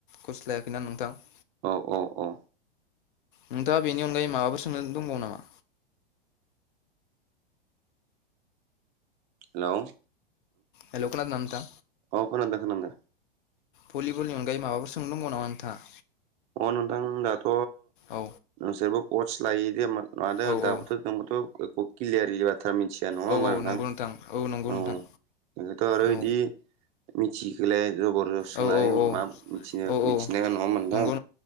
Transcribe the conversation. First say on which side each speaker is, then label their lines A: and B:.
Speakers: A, on the left (about 55°); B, on the right (about 25°).
A: खस' लायाखैना नोंथां?
B: औ औ औ।
A: नोंथाङा बेनि अनगायै माबाफोर सोंनो दंबावो नामा?
B: हेलौ।
A: हेलौ खोनादों ना नोंथां?
B: अ खोनादों खोनादों
A: भलिबलनि अनगायै माबाफोर सोंनो दंबावो नामा नोंथाङा?
B: अ नोंथां दाथ'
A: औ
B: जेबो कच लायो दे मानो
A: औ
B: दाबोथ'
A: औ
B: <inaudible> बाथ्रा मिथिया नङा होनोमबा
A: औ औ
B: नोंथां
A: नंगौ नंगौ
B: औ
A: नोंथां
B: बेखौथ' आरो
A: औ
B: बिदि मिथिहोलाया जबर जस सोंनानै
A: औ औ
B: मा मिथिनो
A: औ
B: मिथिनाया
A: औ
B: नङा होमबा नोंथां?
A: नंगौ